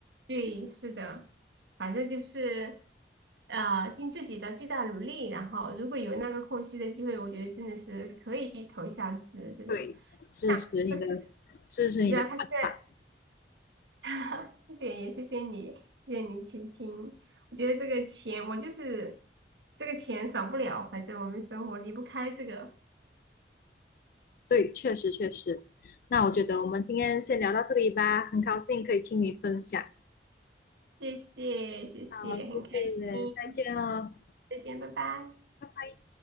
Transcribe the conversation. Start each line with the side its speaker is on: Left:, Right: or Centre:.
Right: 对，是的，反正就是，呃，尽自己的最大努力，然后如果有那个空隙的机会，我觉得真的是可以投一下资这种。
Left: 对，
Right: <laughs>
Left: 支持你的，
Right: 但是
Left: 支持你的看法。
Right: 你知道他现在，<laughs> 谢谢也谢谢你，谢谢您倾听。我觉得这个钱，我就是这个钱少不了，反正我们生活离不开这个。
Left: 对，确实确实。那我觉得我们今天先聊到这里吧，很高兴可以听你分享。
Right: 谢谢，谢谢，
Left: 好，谢谢，
Right: 很开心，
Left: 再见哦，
Right: 再见，拜拜。
Left: 拜拜。